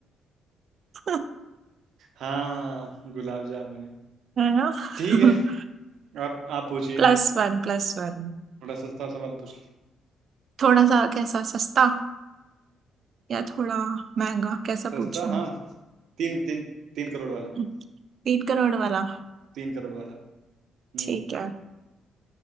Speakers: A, on the right; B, on the right.
A: <laughs>
B: हाँ गुलाब जामुन है
A: है ना <laughs>
B: ठीक है आप आप पूछिए
A: प्लस वन प्लस वन
B: थोड़ा सस्ता सवाल पूछ
A: थोड़ा सा कैसा सस्ता या थोड़ा महंगा कैसा
B: सस्ता
A: पूछूं
B: हाँ तीन तीन तीन करोड़ वाला
A: <laughs> तीन करोड़ वाला
B: तीन करोड़ वाला हम्म
A: ठीक है